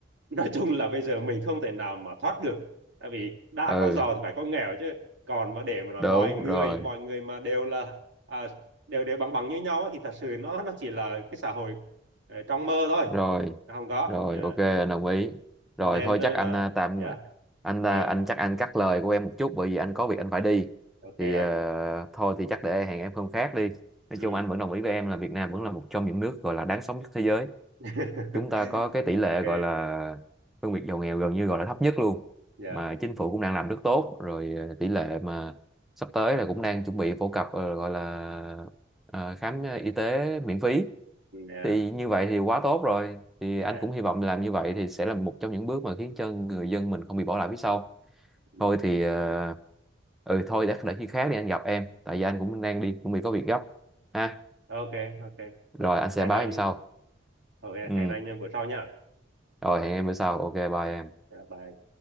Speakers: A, on the right; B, in the centre.
A: nói chung là bây giờ mình không thể nào mà thoát được tại vì đã
B: ừ
A: có giàu thì phải có nghèo chứ còn mà để mà nói
B: đúng
A: mọi người
B: rồi
A: mọi người mà đều là à, đều đều bằng bằng như nhau á, thì thật sự nó nó chỉ là cái xã hội ờ, trong mơ thôi
B: rồi
A: không có
B: rồi
A: Dạ.
B: ok anh đồng ý
A: cho
B: rồi
A: nên
B: thôi
A: ờ,
B: chắc anh
A: là
B: à, tạm
A: dạ
B: anh à,
A: rồi
B: anh chắc anh cắt lời của em một chút bởi vì anh có việc anh phải đi
A: ok
B: thì ờ,
A: anh
B: thôi thì chắc để hẹn em hôm khác đi nói
A: ừ
B: chung anh vẫn đồng ý với em là Việt Nam vẫn là một trong những nước gọi là đáng sống nhất thế giới
A: <laughs>
B: chúng ta có cái tỷ
A: ok
B: lệ gọi là phân biệt giàu nghèo gần như gọi là thấp nhất luôn
A: dạ
B: mà chính phủ cũng đang làm rất tốt rồi ờ, tỷ lệ mà sắp tới là cũng đang chuẩn bị phổ cập ờ, gọi là ờ, khám ờ, y tế miễn phí
A: dạ
B: thì như vậy thì quá tốt rồi thì
A: dạ
B: anh cũng hy vọng làm như vậy thì sẽ là một trong những bước mà khiến cho người dân mình không bị bỏ lại phía sau
A: Ừ.
B: thôi thì ờ, ừ thôi để để khi khác đi anh gặp em tại
A: Ừ.
B: vì anh cũng đang đi cũng bị có việc gấp ha
A: ok ok
B: rồi
A: rồi
B: anh sẽ
A: hẹn
B: báo
A: anh
B: em sau
A: ok
B: ừ
A: hẹn anh bữa sau nhá
B: rồi
A: yeah.
B: hẹn em bữa sau ok bye em
A: yeah, bye